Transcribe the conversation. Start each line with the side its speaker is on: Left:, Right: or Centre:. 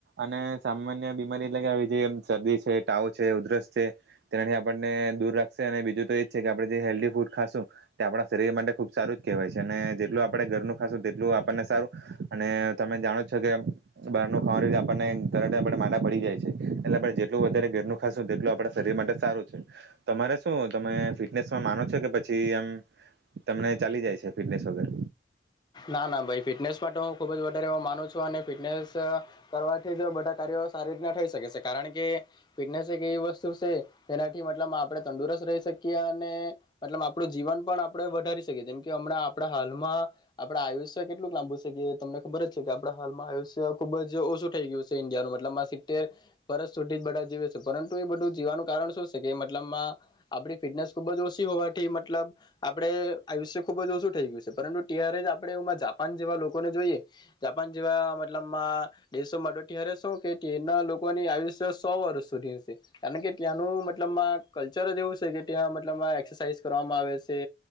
Right: અને સામાન્ય બીમારી એટલે કે આવી જે શરદી છે. ટાવ છે ઉધરસ છે, તેનાથી આપણને દૂર રાખશે અને બીજું તો એજ છે કે આપણે જે હેલ્ધી ફૂડ ખાશું તે આપણા શરીર માટે ખુબ સારું જ કહેવાય છે. અને જેટલું આપણે ઘરનું ખાશું તેટલું આપણને સારું અને તમે જાણો છો કે બહારનું ખાવાનું આપણને તરત આપણને માંદા પડી જાય છે. એટલે આપણે જેટલું વધારે ધેરનુ ખાશું તેટલું આપણા શરીર માટે સારું છે. તમારે શું તમે ફિટનેસમાં માનો છો? કે પછી એમ તમને ચાલી જાય છે ફિટનેસ વગર?
Left: ના ના ભાઈ ફિટનેસ માટે હું ખુબ જ વધારે એ માનું છું. અને ફિટનેસ કરવાથી જ બધા કાર્યો સારી રીતના થઈ શકે સે કારણ કે ફિટનેસ એક એવી વસ્તુ સે જેનાથી મતલબ આપણે તંદુરસ્ત રહી શકીએ, અને મતલબ આપણું જીવન પણ આપણે વધારી શકીએ જેમ કે હમણાં આપણા હાલમાં આપડે આયુષ્ય કેટલુંક લાંબુ છે, કે તમને ખબર જ છે, કે આપણા હાલમાં આયુષ્ય ખુબ જ ઓછું થઈ ગયું છે, ઈન્ડિયાનું મતલબમાં સીતેર પરત સુધી જ બધા જીવે છે, પરંતુ એ બધું જીવાનું કારણ શું છે, કે લબમાં આપડી ફિટનેસ ખુબ જ હોવાથી મતલબ આપડે આયુષ્ય ખુબ જ ઓછું થઈ ગયું છે પરંતુ તિયાર આપણે એ જાપાન જેવા લોકોને જોઈએ જાપાન જેવા મતલબમાં દેશોમા ત્યારે શું કે તેના લોકોની આયુષ્ય સો વર્ષ સુધીની છે. કારણ કે ત્યાંનું મતલબમાં કલ્ચર જ એવું છે. કે ત્યાં મતલબમાં એક્સરસાાઈઝ કરવામાં આવે સે